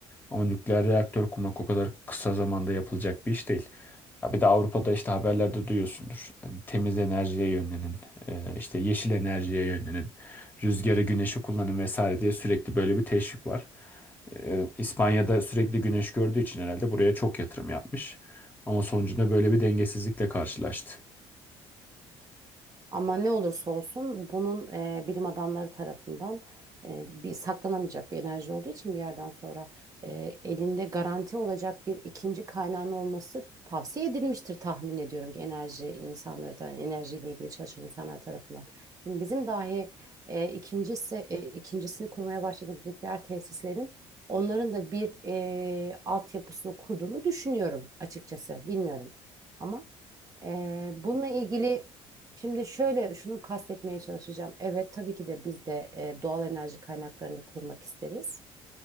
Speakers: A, on the left; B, on the right.
A: Ama nükleer reaktör kurmak o kadar kısa zamanda yapılacak bir iş değil. Ya bir de Avrupa'da işte haberlerde duyuyorsundur. Hani temiz enerjiye yönlenin, e, işte yeşil enerjiye yönlenin, rüzgarı, güneşi kullanın vesaire diye sürekli böyle bir teşvik var. E, İspanya'da sürekli güneş gördüğü için herhalde buraya çok yatırım yapmış. Ama sonucunda böyle bir dengesizlikle karşılaştı.
B: Ama ne olursa olsun bunun e, bilim adamları tarafından e, bir saklanamayacak bir enerji olduğu için bir yerden sonra e, elinde garanti olacak bir ikinci kaynağın olması tavsiye edilmiştir tahmin ediyorum ki enerji insanları da enerjiyle ilgili çalışan insanlar tarafından. Şimdi bizim dahi e, ikincisi e, ikincisini kurmaya başladığımız nükleer tesislerin onların da bir e, altyapısını kurduğunu düşünüyorum açıkçası. Bilmiyorum ama e, bununla ilgili Şimdi şöyle şunu kastetmeye çalışacağım. Evet tabii ki de biz de e, doğal enerji kaynaklarını kurmak isteriz.